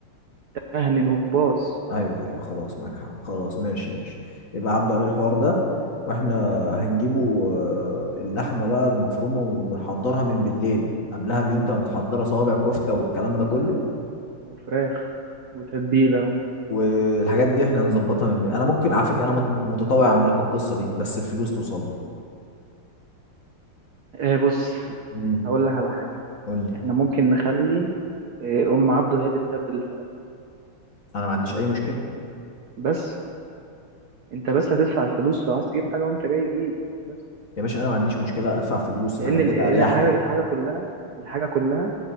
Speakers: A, on the right; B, on the left.
A: مهنن وباظ
B: ايوه ايوه خلاص معاك حق خلاص ماشي ماشي يبقى عبده عليه الحوار ده واحنا هنجيبه آه، اللحمه بقى المفرومه ونحضرها من بالليل قبلها بيوم تبقى متحضره صوابع كفته والكلام ده كله
A: وفراخ وتتبيله
B: والحاجات دي احنا هنظبطها من بالليل انا ممكن على فكره انا مت- متطوع اعمل لكم القصه دي بس الفلوس توصلني
A: آه بص
B: امم
A: هقول لك على حاجه
B: قول لي
A: احنا ممكن نخلي آه، ام عبده هي اللي تتبل الفراخ
B: انا ما عنديش اي مشكله
A: بس انت بس هتدفع الفلوس لو عايز تجيب حاجه وانت جاي جيب بس
B: يا باشا انا ما عنديش مشكله ادفع فلوس
A: لان
B: انا كده
A: ال- لان
B: اريح
A: الحاجه
B: لي
A: الحاجه كلها الحاجه كلها